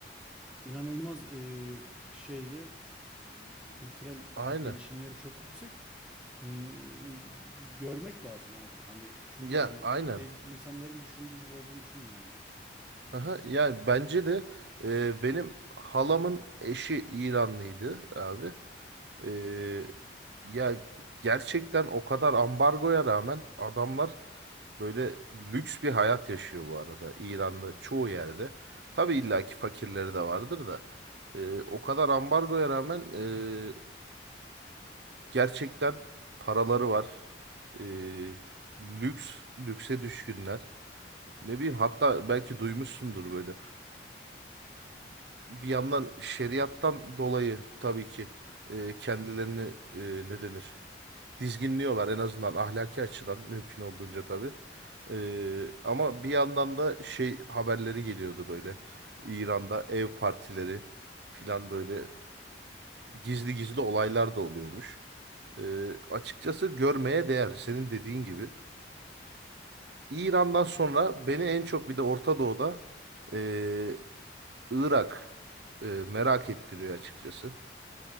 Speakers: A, in the centre; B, on the right (about 70°).
A: inanılmaz e, şeyle e, kültürel
B: Aynen.
A: gelişimleri çok yüksek. Hmm, Görmek lazım abi. Hani çünkü
B: Ya
A: hani
B: aynen.
A: de, insanların düşündüğü gibi olduğunu düşünmüyorum yani.
B: Aha, yani bence de e, benim halamın eşi İranlıydı abi. E, ya gerçekten o kadar ambargoya rağmen adamlar böyle lüks bir hayat yaşıyor bu arada İran'da çoğu yerde. Tabii illaki fakirleri de vardır da e, o kadar ambargoya rağmen e, gerçekten paraları var. E, lüks, lükse düşkünler. Ne bileyim hatta belki duymuşsundur böyle bir yandan şeriattan dolayı tabii ki e, kendilerini e, ne denir? Dizginliyorlar en azından ahlaki açıdan mümkün olduğunca tabii. E, ama bir yandan da şey haberleri geliyordu böyle. İran'da ev partileri filan böyle gizli gizli olaylar da oluyormuş. E, açıkçası görmeye değer senin dediğin gibi. İran'dan sonra beni en çok bir de Orta Doğu'da e, Irak e, merak ettiriyor açıkçası.